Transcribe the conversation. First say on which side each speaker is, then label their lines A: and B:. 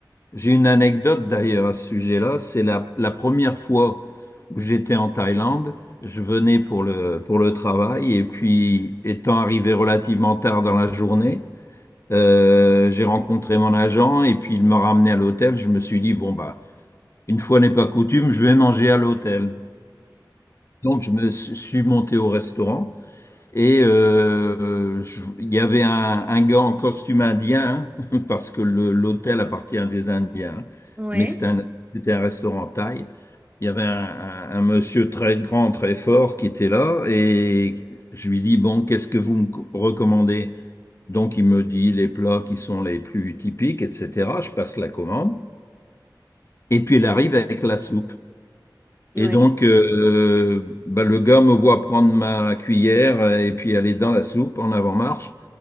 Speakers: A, on the left (about 40°); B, on the right (about 20°).
A: j'ai une anecdote d'ailleurs à ce sujet-là. C'est la,
B: Ouais.
A: la première fois où j'étais en Thaïlande. Je venais pour le, pour le travail et puis, étant arrivé relativement tard dans la journée, euh, j'ai rencontré mon agent et puis il m'a ramené à l'hôtel. Je me suis dit, bon, bah, une fois n'est pas coutume, je vais manger à l'hôtel. Donc, je me suis monté au restaurant. Et euh, je- il y avait un, un gars en costume indien, <laughs> parce que le- l'hôtel appartient à des Indiens, hein.
B: Ouais.
A: mais c'était un, c'était un restaurant thaï. Il y avait un, un- un monsieur très grand, très fort qui était là, et je lui dis, bon, qu'est-ce que vous me co- recommandez? Donc il me dit les plats qui sont les plus typiques, etc. Je passe la commande, et puis il arrive avec la soupe. Et
B: Ouais.
A: donc, euh, bah, le gars me voit prendre ma cuillère euh, et puis aller dans la soupe en avant-marche.